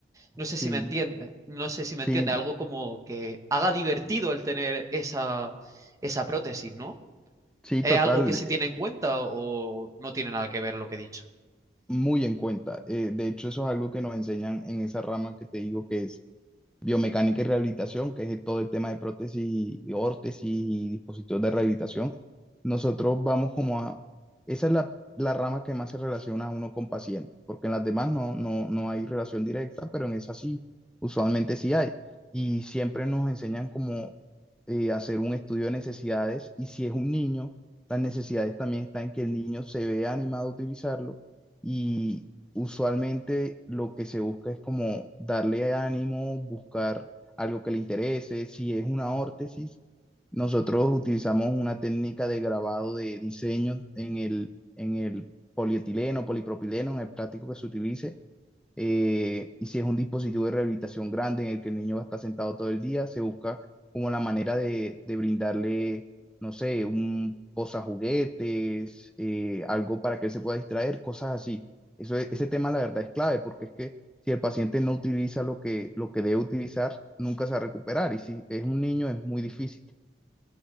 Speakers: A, on the right (about 20°); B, in the centre.
A: No sé
B: Sí,
A: si me entiende, no sé si me
B: sí,
A: entiende, algo como que haga divertido el tener esa, esa prótesis, ¿no?
B: sí,
A: ¿Es
B: total,
A: algo que se
B: eh,
A: tiene en cuenta o no tiene nada que ver lo que he dicho?
B: muy en cuenta. Eh, de hecho, eso es algo que nos enseñan en esa rama que te digo que es biomecánica y rehabilitación, que es todo el tema de prótesis y órtesis y dispositivos de rehabilitación, nosotros vamos como a, esa es la, la rama que más se relaciona a uno con paciente, porque en las demás no, no, no hay relación directa, pero en esa sí, usualmente sí hay. Y siempre nos enseñan como eh, hacer un estudio de necesidades y si es un niño, las necesidades también están en que el niño se vea animado a utilizarlo y usualmente lo que se busca es como darle ánimo, buscar algo que le interese. Si es una órtesis, nosotros utilizamos una técnica de grabado de diseño en el, en el polietileno, polipropileno, en el plástico que se utilice eh, y si es un dispositivo de rehabilitación grande en el que el niño va a estar sentado todo el día, se busca como la manera de, de brindarle, no sé, un posajuguetes, eh, algo para que él se pueda distraer, cosas así. Eso, es- ese tema la verdad es clave porque es que si el paciente no utiliza lo que, lo que debe utilizar, nunca se va a recuperar y si es un niño es muy difícil.